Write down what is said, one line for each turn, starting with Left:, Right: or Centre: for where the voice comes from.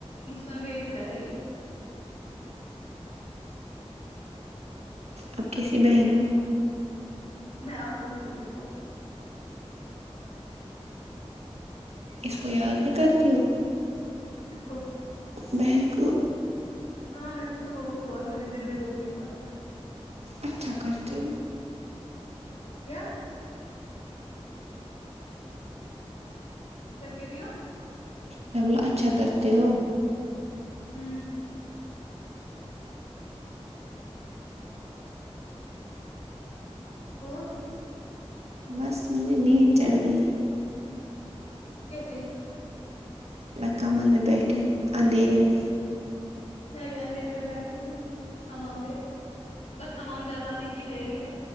Left: مسکان ویٹ کر رہی ہے
Right: اب کیسی بہن ہو
Left: میں اب پوچھوں گی اس کو
Right: اس کو یاد نہیں کرتی ہو
Left: کس کو
Right: بہن کو
Left: ہاں میں تو اس کو روز کال کر رہی دن میں دو تین بار
Right: اچھا کرتے ہو
Left: کیا کیا کہہ رہی ہو
Right: میں نے بولا اچھا کرتے ہو
Left: ہوں اور
Right: بس مجھے نیند چڑھ گئی
Left: کیسے
Right: میں کمنبل میں بیٹھی ہوں اندھیرے میں
Left: میں ا بھی اندھیرے میں بیٹھی ہوں حمام پہ بس حمام جلانے کی تیری ہے